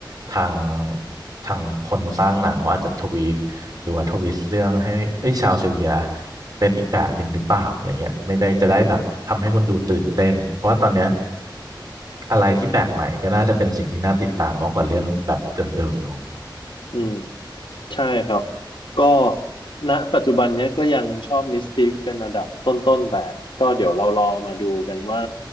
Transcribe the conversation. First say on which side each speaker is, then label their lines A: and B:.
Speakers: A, on the right; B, on the left.
A: ทางทางคนสร้างหนังเขาอาจจะทวีคหรือว่าทวิสต์เรื่องให้เอ้ยชาวเซเวียเป็นอีกแบบหนึ่งหรือเปล่าอะไรเงี้ยไม่ได้จะได้แบบทำให้คนดูตื่นเต้นเพราะว่าตอนเนี้ย
B: อืม
A: อะไรที่แปลกใหม่ก็น่าจะเป็นสิ่งที่น่าติดตามมากกว่าเรื่องแบบเดิมๆเนาะ
B: อืม ใช่ครับก็ณปัจจุบันเนี้ยก็ยังชอบมิสติกเป็นระดับต้นๆแต่ก็เดี๋ยวเรารอมาดูกันว่า